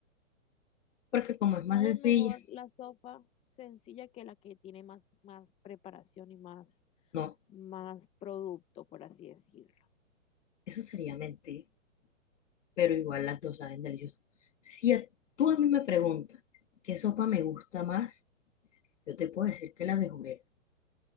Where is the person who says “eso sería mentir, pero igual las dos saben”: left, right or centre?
Left